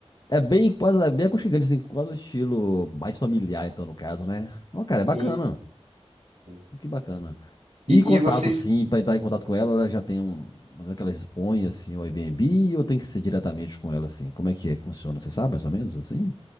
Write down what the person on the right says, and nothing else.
sim.
sim.
E,
e vocês,